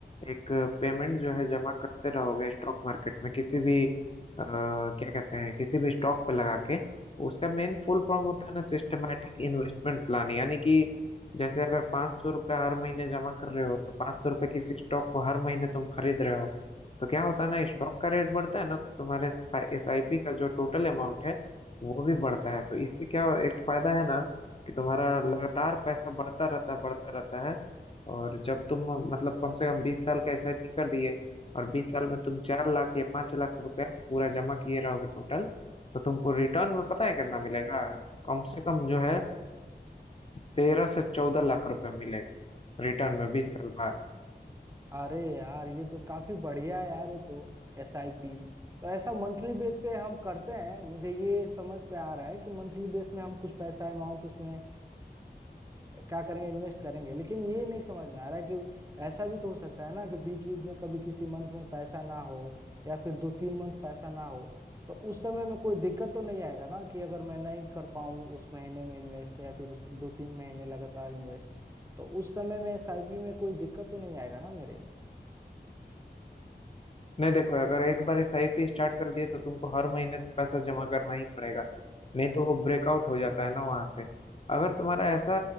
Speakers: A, on the left; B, on the right.
A: एक पेमेंट जो है जमा करते रहोगे स्टॉक मार्केट में किसी भी आ, क्या कहते हैं किसी भी स्टॉक पे लगा के उसका मेन फुल फॉर्म होता है ना सिस्टमेटिक इन्वेस्टमेंट प्लान यानी कि जैसे अगर पाँच सौ रुपये हर महीने जमा कर रहे हो तो पाँच सौ रुपये किसी स्टॉक को हर महीने तुम खरीद रहे हो तो क्या होता है ना स्टॉक का रेट बढ़ता है ना तो तुम्हारे एसआईपी का जो टोटल अमाउंट है वो भी बढ़ता है तो इससे क्या एक फायदा है ना कि तुम्हारा लगातार पैसा बढ़ता रहता है बढ़ता रहता है और जब तुम मतलब कम से कम बीस साल का एसआईपी कर दिए और बीस साल में तुम चार लाख या पांच लाख रुपया पूरा जमा किए रहोगे टोटल तो तुमको रिटर्न में पता है कितना मिलेगा कम से कम जो है तेरह से चौदह लाख रुपया मिलेगा रिटर्न में बीस साल बाद
B: अरे यार ये तो काफी बढ़िया है यार ये तो एस आई पी तो ऐसा मंथली बेस पे हम करते हैं मुझे ये समझ पे आ रहा है कि मंथली बेस में हम कुछ पैसा अमाउंट उसमें आ, क्या करेंगे इन्वेस्ट करेंगे लेकिन ये नहीं समझ में आ रहा है कि ऐसा भी तो हो सकता है ना कि बीच बीच में कभी किसी मंथ में पैसा ना हो या फिर दो तीन मंथ पैसा ना हो तो उस समय में कोई दिक्कत तो नहीं आएगा ना कि अगर मैं नहीं कर पाऊँ उस महीने में इन्वेस्ट या फिर उस दो तीन महीने लगातार इन्वेस्ट तो उस समय में एस आई पी में कोई दिक्कत तो नहीं आएगा ना मेरे
A: नहीं देखो अगर एक बार एसआईपी स्टार्ट कर दिए तो तुमको हर महीने तो पैसा जमा करना ही पड़ेगा नहीं तो वो ब्रेकआउट हो जाता है ना वहां से अगर तुम्हारा ऐसा